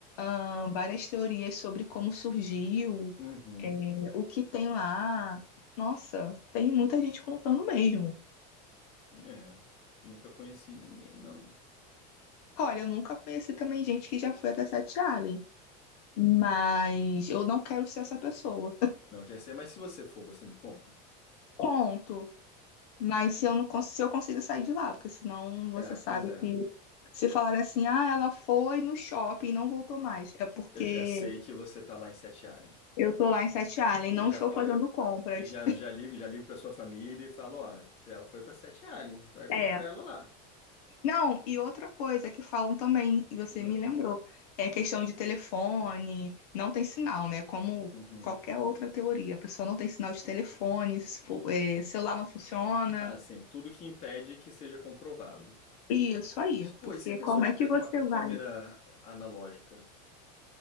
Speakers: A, on the left; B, on the left.
A: ah, várias teorias sobre como surgiu,
B: Uhum.
A: é, o que tem lá. Nossa, tem muita gente contando mesmo.
B: É, nunca conheci ninguém, não.
A: Olha, eu nunca conheci também gente que já foi até Sete Allen, mas eu não quero ser essa pessoa.
B: Não quer ser, mas se você for, você me conta?
A: Conto, mas se eu não cons- se eu consigo sair de lá, porque senão você
B: É,
A: sabe
B: pois é.
A: que se falar assim, ah, ela foi no shopping e não voltou mais, é porque
B: Eu já sei que você tá lá em Sete Allen.
A: eu tô lá em Sete Allen,
B: Ele
A: não
B: já
A: estou
B: pode,
A: fazendo
B: eu-
A: compras.
B: já já ligo, já ligo para sua família e falo, ó, ela foi para Sete Allen, vai procurar
A: É.
B: ela lá.
A: Não, e outra coisa que falam também, e você
B: Ah,
A: me lembrou, é questão de telefone, não tem sinal, né? Como
B: uhum.
A: qualquer outra teoria, a pessoa não tem sinal de telefone, se for- é, celular não funciona,
B: Ah, sim, tudo que impede que seja comprovado.
A: isso aí,
B: Mas pô,
A: porque
B: e se a pessoa
A: como
B: tiver
A: é que você
B: com uma câmera
A: vai?
B: analógica?